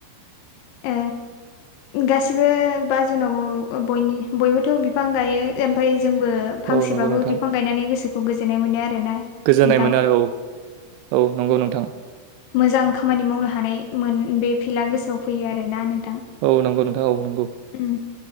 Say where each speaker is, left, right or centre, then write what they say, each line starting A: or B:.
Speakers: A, on the left; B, on the right.
A: ओ गासिबो बा जुनावबो बयनिबो बयबोथ' बिफां गायो ओमफ्राय जोंबो फांसेबाबो
B: औ नंगौ नोंथां
A: बिफां गायनानै गोसोखौ गोजोननाय मोनो आरो ना नोंथां
B: गोजोननाय मोनो आरो औ औ नंगौ नोंथां
A: मोजां खामानि मावनो हानाय मोन बे फिल्डआ गोसोआव फैयो आरोना नोंथां
B: औ नंगौ नोंथां औ नंगौ
A: उम